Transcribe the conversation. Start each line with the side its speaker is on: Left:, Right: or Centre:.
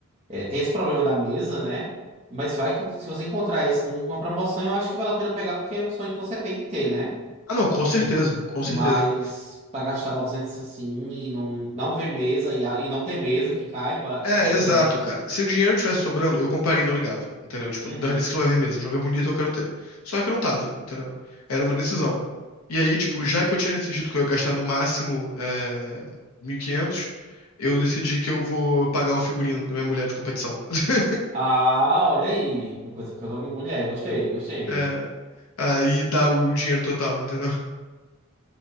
Right: é, tem esse problema da mesa, né? Mas vai que vo- se você encontrar esse numa promoção, eu acho que vale a pena pegar, porque é um sonho que você tem de ter, né?
Left: Ah, não, com certeza, com
Right: Mas
Left: certeza.
Right: pra gastar 900 assim e não, não ver mesa e, a- e não ter mesa que caiba,
Left: É,
Right: é.
Left: exato, cara. Se o dinheiro tivesse sobrando, eu compraria e não ligava, entendeu? Tipo,
Right: Uhum.
Left: dane-se que não vai ver mesmo. O jogo é bonito, eu quero ter. Só que não tava, entendeu? Era uma decisão. E aí, tipo, já que eu tinha decidido que eu ia gastar no máximo é, 1.500, eu decidi que eu vou pagar o figurino da minha mulher de competição. <laughs>
Right: Ah, olha aí. Uma coisa pela mulher, gostei, gostei.
Left: É, aí dá o, o dinheiro total, entendeu?